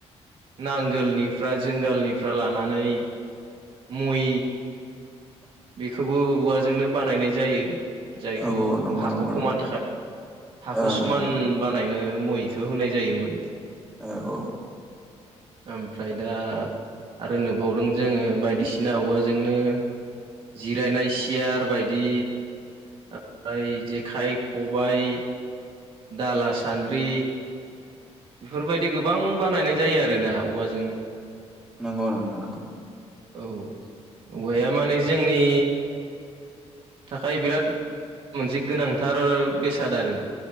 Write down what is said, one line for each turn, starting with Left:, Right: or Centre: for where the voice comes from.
Right: नांगोलनिफ्रा जोंगालनिफ्रा लानानै मै। बेखौबो औवाजोंनो बानायनाय जायो जायखौ
Centre: औ औ नंगौ
Right: हाखौ
Centre: नंगौ
Right: खमानो
Centre: नोंथां
Right: थाखाय हाखौ
Centre: ओं
Right: समान
Centre: ओं
Right: बानायनो मयखौ होनाय जायोमोन।
Centre: औ औ।
Right: ओमफ्राय दा आरो नुबावदों जोङो बायदिसिना औवाजोंनो जिरायनाय सियार बायदि। ओमफ्राय जेखाइ, खबाइ दाला, सान्द्रि बेफोरबायदि गोबां बानायनाय जायो आरो ना औवाजों।
Centre: नंगौ नोंथां नंगौ।
Right: औ औवाया माने जोंनि ओ थाखाय बिराद मोनसे गोनांथार बेसाद आरो